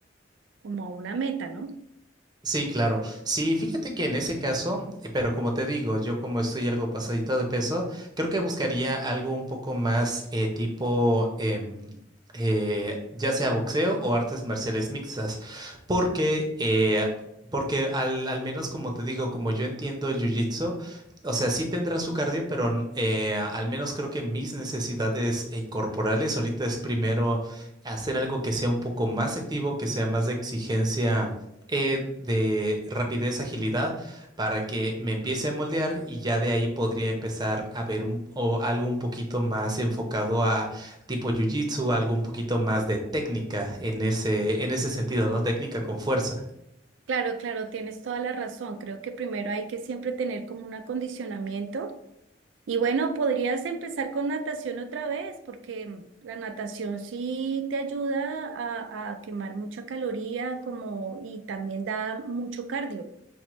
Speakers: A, on the right; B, on the right.
A: como a una meta, ¿no?
B: Sí, claro. Sí, fíjate que en ese caso, eh, pero como te digo, yo como estoy algo pasadito de peso, creo que buscaría algo un poco más eh, tipo, em, eh, ya sea boxeo o artes marciales mixtas, porque, eh, porque al, al menos como te digo, como yo entiendo el jiu-jitsu, o sea, sí tendrá su cardio, pero n- eh, al menos creo que mis necesidades eh, corporales ahorita es primero hacer algo que sea un poco más activo, que sea más de exigencia eh, de rapidez, agilidad, para que me empiece a moldear y ya de ahí podría empezar a ver un, o algo un poquito más enfocado a tipo jiu-jitsu, algo un poquito más de técnica en ese, en ese sentido, ¿no? Técnica con fuerza.
A: Claro, claro, tienes toda la razón. Creo que primero hay que siempre tener como un acondicionamiento. Y bueno, podrías empezar con natación otra vez, porque la natación sí te ayuda a, a quemar mucha caloría como, y también da mucho cardio.